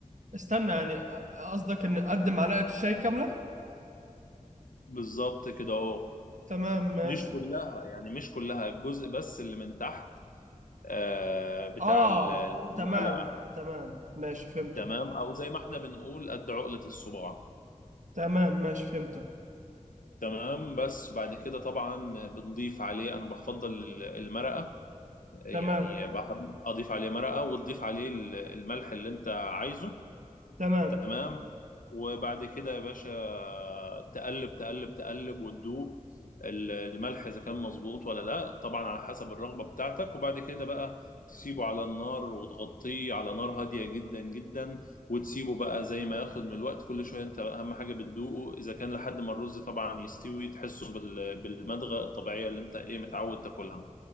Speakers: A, on the right; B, on the left.
A: استنى يعني أ- قصدك إن أقدم معلقة الشاي كاملة
B: بالظبط كده اهو
A: تمام ماشي
B: مش كلها يعني مش كلها الجزء بس اللي من تحت آه بتاع
A: اه
B: ال- المعلقة
A: تمام تمام ماشي فهمتك
B: تمام او زي ما احنا بنقول قد عقلة الصباع
A: تمام ماشي فهمتك
B: تمام بس بعد كده طبعا بنضيف عليه انا بفضل ال- المرقة يعني
A: تمام
B: بحب اضيف عليه مرقة وتضيف عليه ال- الملح اللي انت عايزه
A: تمام
B: تمام وبعد كده يا باشا تقلب تقلب تقلب وتدوق ال- الملح اذا كان مظبوط ولا لا طبعا على حسب الرغبه بتاعتك وبعد كده بقى تسيبه على النار وتغطيه على نار هاديه جدا جدا وتسيبه بقى زي ما ياخد من الوقت كل شويه انت اهم حاجه بتدوقه اذا كان لحد ما الرز طبعا يستوي تحسه بال- بالمضغه الطبيعيه اللي انت ايه متعود تاكلها